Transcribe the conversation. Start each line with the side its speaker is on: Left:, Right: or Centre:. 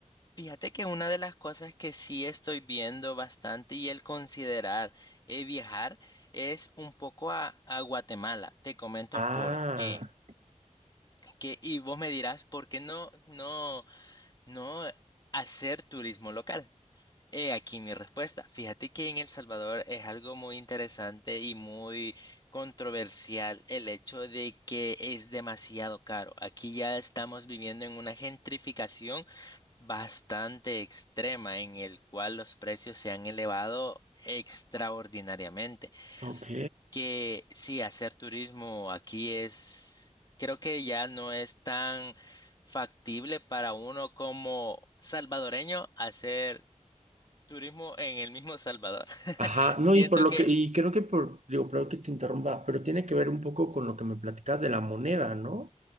Left: Fíjate que una de las cosas que sí estoy viendo bastante y el considerar eh, viajar es un poco a, a Guatemala. Te comento
Right: Ah,
Left: por qué. Que, y vos me dirás, ¿por qué no, no, no hacer turismo local? He aquí mi respuesta. Fíjate que en El Salvador es algo muy interesante y muy controversial el hecho de que es demasiado caro. Aquí ya estamos viviendo en una gentrificación bastante extrema en el cual los precios se han elevado extraordinariamente.
Right: ok.
Left: Que sí, hacer turismo aquí es, creo que ya no es tan factible para uno como salvadoreño hacer turismo en el mismo Salvador. <laughs>
Right: Ajá, no,
Left: Siento
Right: y por lo
Left: que
Right: que, y creo que por, digo, perdón que te interrumpa, pero tiene que ver un poco con lo que me platicas de la moneda, ¿no?